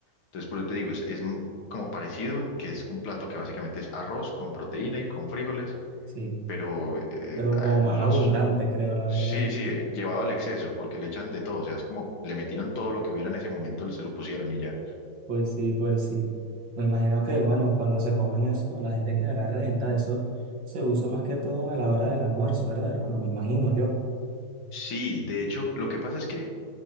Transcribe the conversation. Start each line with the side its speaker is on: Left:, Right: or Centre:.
Left: Entonces, por eso te digo, es, es m- como parecido en que es un plato que básicamente es arroz con proteína y con frijoles,
Right: Sí,
Left: pero eh, el-
Right: pero
Left: a-
Right: como
Left: los...
Right: más abundante, creo, la
Left: Sí,
Right: verdad.
Left: sí, eh, llevado al exceso, porque le echan de todo, o sea, es como le metieron todo lo que hubiera en ese momento, se lo pusieron y ya.
Right: Pues sí, pues sí. Me imagino que, bueno, cuando se comen eso, ¿no? La gente quedará renta. Eso se usa más que todo a la hora del almuerzo, ¿verdad, hermano? Me imagino yo.
Left: Sí, de hecho, lo que pasa es que